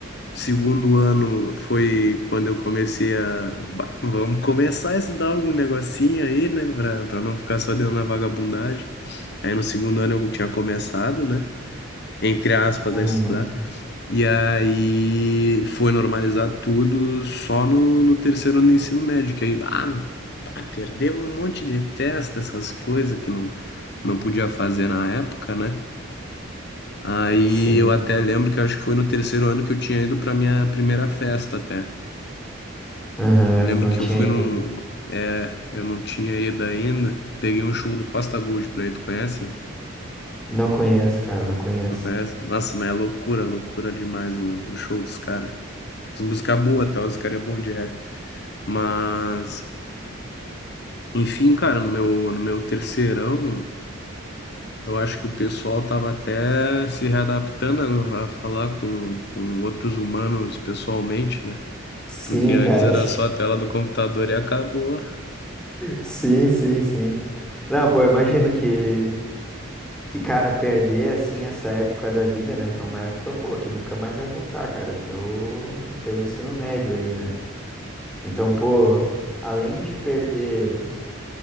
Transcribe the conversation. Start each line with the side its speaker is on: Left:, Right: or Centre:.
Left: Segundo ano foi quando eu comecei a. "Bah, vamos começar a estudar algum negocinho aí, né? Pra, pra não ficar só dentro na vagabundagem. Aí no segundo ano eu tinha começado, né? Entre aspas,
Centre: Uhum.
Left: a estudar. E aí foi normalizar tudo só no, no terceiro ano do ensino médio. Que aí, ah, pá, perdemos um monte de festa, essas coisas que não, não podia fazer na época, né? Aí
Centre: Sim.
Left: eu até lembro que acho que foi no terceiro ano que eu tinha ido pra minha primeira festa até.
Centre: Aham,
Left: Eu lembro
Centre: tu não
Left: que
Centre: tinha
Left: eu fui
Centre: ido.
Left: num. É, eu não tinha ido ainda. Peguei um show do Costa Gold pra ir. Tu conhece?
Centre: Não conheço, cara, não conheço.
Left: Não conhece? Nossa, mas é loucura, loucura demais o, o show dos caras. As músicas boas, tal Os caras é bom de rap. Mas, enfim, cara, no meu, no meu terceirão, eu acho que o pessoal tava até se readaptando a, a falar com, com outros humanos pessoalmente, né?
Centre: Sim,
Left: Porque antes
Centre: cara.
Left: era
Centre: <laughs>
Left: só a tela do computador e acabou.
Centre: Sim, sim, sim. Não, pô, eu imagino que, que, cara, perder, assim, essa época da vida, né? Que é uma época, pô, que nunca mais vai voltar, cara. O teu, teu ensino médio ali, né? Então, pô, além de perder